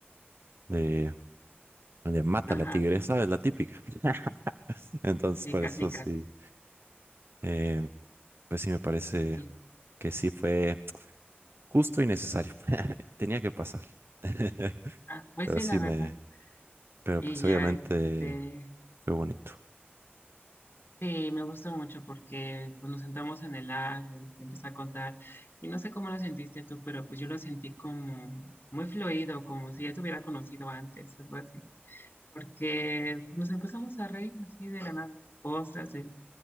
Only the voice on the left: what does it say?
Ajá,
sí,
casi,
casi.
Y,
ah, pues
sí,
la verdad.
Y
ya,
este,
Sí, me gustó mucho porque pues, nos sentamos en el lago y te empecé a contar. Y no sé cómo lo sentiste tú, pero pues yo lo sentí como muy fluido, como si ya te hubiera conocido antes, algo así. Porque pues, nos empezamos a reír así de la nada, de cosas, de